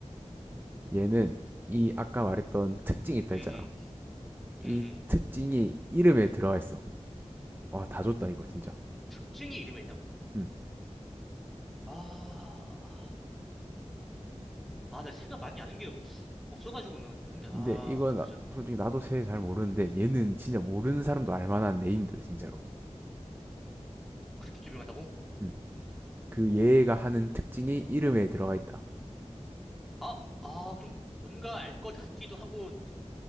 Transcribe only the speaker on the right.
얘는, 이 아까 말했던 특징이 있다
했잖아.
이
특징이 이름에 들어가 있어. 와, 다 줬다, 이거 진짜.
음.
근데
이거,
나-
솔직히 나도 새 잘 모르는데, 얘는 진짜 모르는 사람도 알만한 네임드, 진짜로.
음. 그 얘가 하는 특징이 이름에 들어가 있다.